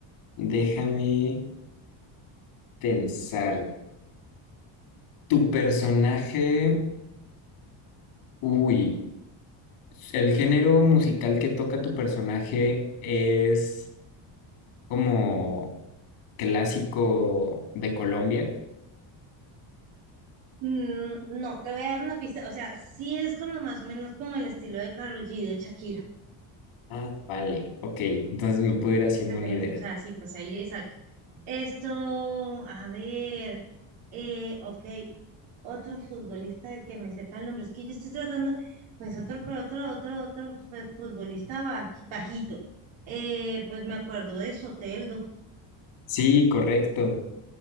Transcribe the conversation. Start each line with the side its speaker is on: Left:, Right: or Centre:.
Left: déjame pensar. Tu personaje, uy. El género musical que toca tu personaje es como clásico de Colombia.
Right: Mm, no, te voy a dar una pista, o sea, sí es como más o menos como el estilo de Karol G, de Shakira.
Left: Ah, vale, ok. Entonces me puedo ir haciendo
Right: Este tengo-
Left: una idea.
Right: o sea, sí, pues ahí, exacto. Esto, a ver. Eh, ok, otro futbolista del que me sepa el nombre. Es que yo estoy tratando, pues otro, pero otro, otro, otro fue- futbolista baj- bajito. Eh, pues me acuerdo de Soteldo.
Left: Sí, correcto.